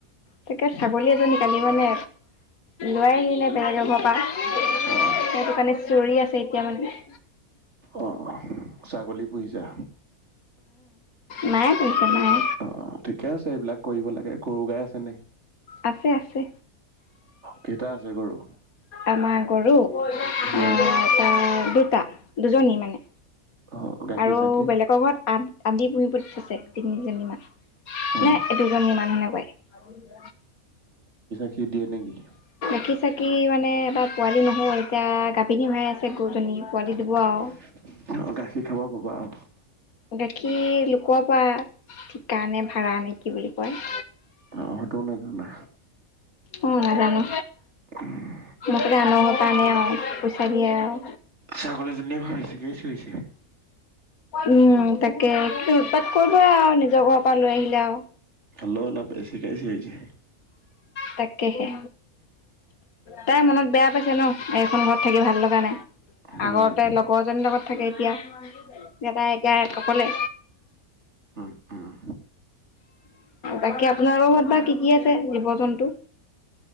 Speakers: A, on the left; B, on the right.
A: তাকে ছাগলী এজনী কালি মানে, লৈ আহিলে বেলেগ এক ঘৰৰ পৰা সেইটো
B: অ
A: কাৰণে চিঞৰি আছে। এতিয়া মানে
B: অঁ, অঁহ--ছাগলী পুহিছা?
A: মাই পুহিছে, মাই।
B: অ ঠিকে আছে এইবিলাক কৰিব লাগে। গ'ৰু গাই আছে নাই?
A: আছে আছে।
B: কেইটা আছে গৰু
A: আমাৰ গ'ৰু?
B: উম
A: অঁ এটা দুটা। দুজনী মানে
B: অ গাখীৰ
A: আৰু
B: চাখীৰ
A: বেলেগৰ ঘৰত আঠ আধি পুহিব দি থৈছে, তিনিজনীমান। নে,
B: অ
A: দুজনী মানুহ এনেকোৱাই। <unintelligible>
B: সি দিয়ে নেকি?
A: চাকি চাকি মানে, এবাৰ পোৱালি নহ'য়। এতিয়া গাভিনী হৈ আছে গৰুজনী। পোৱালি দিব
B: আহ্
A: আৰু।
B: গাখীৰ খাব পাবা আৰু
A: গাখীৰ লোকৰ পৰা, ঠিকা নে ভাড়া নে কি বুলি কয়?
B: অসতু নাজানা?
A: অঁ নাজানো।
B: ওঁ-হোঁ-হোঁ
A: মুঠতে‌ আনৰ ঘৰৰ পৰা আনে আৰু পইচা দিয়ে আৰু
B: ছাগলীজনীয়ে ভাবিছে কিয় চিঞৰিছে <unintelligible>
A: উম তাকে, উৎপাত কৰিবই আও, নিজৰ ঘৰপা লৈ আহিলে আও।
B: হেল্লৌ অলপ বেছি কায়িছে ইছে।
A: তাকেহে, তাই মনত বেয়া পাইছে ন খন, ঘৰত থাকি ভাল লগা নাই।
B: উম
A: আগতে লগজনীৰ লগত থাকে। এতিয়া, দেতাই এতিয়া অকলে
B: উম উম
A: তাকে, আপোনাৰ লগত ঘৰৰ বা কি কি আছে জীৱ জন্তু?